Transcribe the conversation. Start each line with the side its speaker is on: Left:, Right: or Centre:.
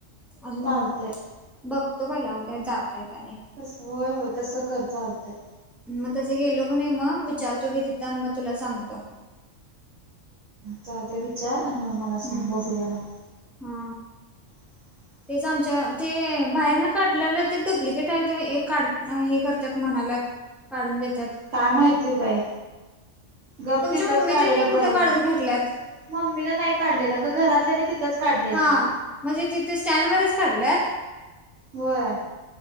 Centre: अजून
Right: चालतंय.
Centre: बघतो पहिला उद्या जातोय का नाही.
Right: तसं होय होय तसं कर चालतंय.
Centre: मग तसं गेलो क नाही, मग विचारतो की तिथं, आणि मग तुला सांगतो.
Right: चालतय, विचार आणि मग मला
Centre: हम्म
Right: सांग, बघूया मग.
Centre: हा.
Right: <inaudible>
Centre: तेच आमच्या ते बाहेर न काढल्याल ते डुप्लिकेट आहेत काढ हे करत्यात म्हणायल्यात. काढून देत्यात.
Right: काय माहितीय बाई गप
Centre: तुमची
Right: तिथंच
Centre: मम्मी
Right: काढलेलं
Centre: त्यांनी कुठं
Right: बरं
Centre: काढून
Right: ना.
Centre: घेतल्यात
Right: मम्मी न नाही काढलेलं गं घरातल्याने तिथंच काढलंय
Centre: हा
Right: की.
Centre: म्हणजे तिथे स्टँड वरच काढल्यात?
Right: होय,